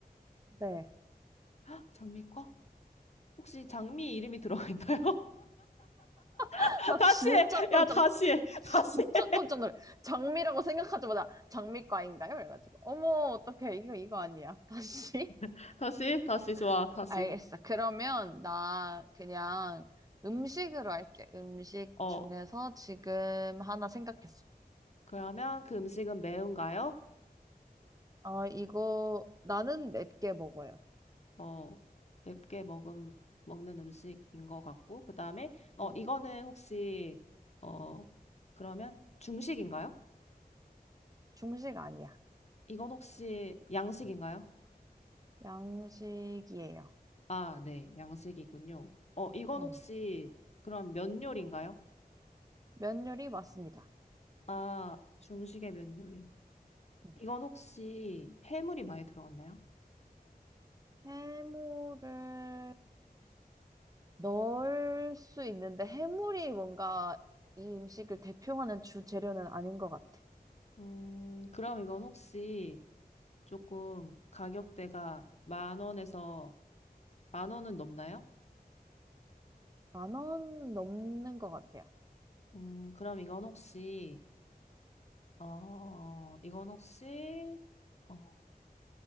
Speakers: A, on the right; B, on the left.
A: 네.
B: 헉, 장미과? 혹시 장미 이름이 들어가 있나요?
A: <laughs>
B: <laughs>
A: 나
B: 다시
A: 진짜
B: 해!
A: 깜짝
B: 야, 다시 해!
A: 진짜
B: 다시 해!
A: 깜짝 놀래. 장미라고 생각하자마자 장미과인가요? 그래가지고 어머 어떡해 이거 이거 아니야. 다시
B: <laughs> 다시, 다시, 좋아,
A: <laughs>
B: 다시.
A: 알겠어. 그러면 나 그냥 음식으로 할게. 음식
B: 어,
A: 중에서 지금 하나 생각했어.
B: 그러면 그 음식은 매운가요?
A: 어 이거 나는 맵게 먹어요.
B: 어, 맵게 먹음, 먹는 음식인 것 같고, 그 다음에, 어,
A: 응.
B: 이거는 혹시, 어, 그러면 중식인가요?
A: 중식 아니야.
B: 이건 혹시 양식인가요?
A: 양식이에요.
B: 아, 네, 양식이군요. 어, 이건
A: 응.
B: 혹시 그럼 면 요리인가요?
A: 면 요리 맞습니다.
B: 아, 중식의 면 요리.
A: 응.
B: 이건 혹시 해물이 많이 들어갔나요?
A: 해물을 넣을 수 있는데 해물이 뭔가 이 음식을 대표하는 주 재료는 아닌 것 같아.
B: 음, 그럼 이건 혹시 조금 가격대가 만 원에서 만 원은 넘나요?
A: 만 원 넘는 것 같아요.
B: 음, 그럼 이건 혹시 어, 이건 혹시 어,